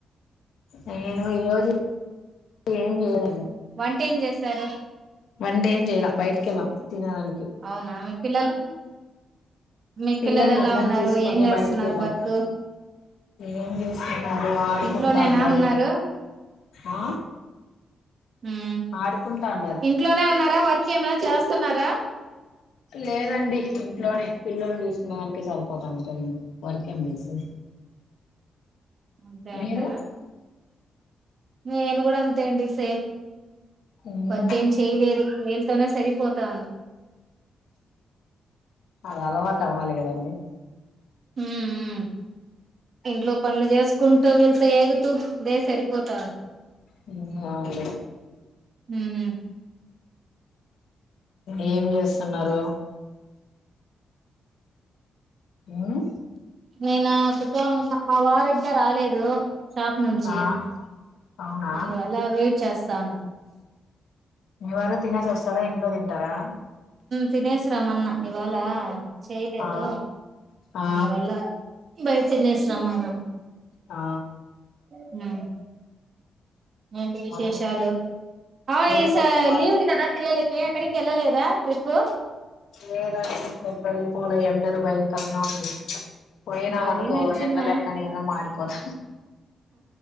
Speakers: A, on the left (about 75°); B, on the right (about 55°).
A: నేను ఈ రోజు ఏం లేద
B: వంట ఏం చేశారు
A: వంట ఏమ్ చేయలా బయట కెళ్ళం తినడానికి
B: అవునా మీ పిల్లలు మీ
A: పిల్లల్ని
B: పిల్లలు ఎలా
A: అందని
B: ఉన్నారు
A: తీసుకొని
B: ఏం చేస్తున్నారు
A: బయటకి వెళ్ళాం
B: వర్క్
A: ఏం చేస్తున్నారు ఆడుకుంటా
B: ఇంట్లోనేనా
A: ఉండారు
B: ఉన్నారు
A: ఆ
B: హ్మ్
A: ఆడుకుంటా ఉన్నారు
B: ఇంట్లోనే ఉన్నారా వర్క్ చ స్తున్నారా
A: లేదండి ఇంట్లోనే పిల్లని చూసుకునేదానికే సరిపోతాంది టైమ్ వర్క్ ఎంచేసేది
B: అంతే
A: మీరు
B: అంటారా నేను కూడా అంతే అండి సేమ్
A: ఉమ్
B: వర్కేం చేయలేదు తోనే సరిపోతాంది
A: అది అలవాటు అవ్వాలి కదండి
B: హ్మ్ హు ఇంట్లో పనులు చేస్ కుంటూ వెళ్త ఏగుతూ ఇదే సరిపోతా
A: అండి
B: హ్మ్
A: ఏం చేస్తున్నారు హ్మ్
B: నేనా కుస్సోనున్న మా వారింకా రాలేదూ షాప్ నుంచి
A: ఆ అవునా
B: అందు వల్ల వెయిట్ చేస్తాన్నా
A: మీవారు తినేసి ఒస్తారా ఇంట్లో తింటారా
B: తినేసి రమ్మన్నా ఇవాలా చేయలేదు
A: ఆ ఆ
B: అందువల్ల బయటి తినేసి రమ్మన్నాను
A: ఆ
B: ఉన్నారు ఏంటి విశేషాలు
A: మళ్ళ
B: ఔ
A: మీరే
B: ఈ స
A: చెప్పారు
B: లీవ్ లు కదా పిల్లల ఎక్కడికి ఎళ్ళలేదా ట్రిప్పు
A: <inaudible> పోలే ఎండలు భయంకరంగా ఉంది పోయినామనుకో
B: అది నిజమే
A: ఎండలెక్క నేనూ మాడిపోతా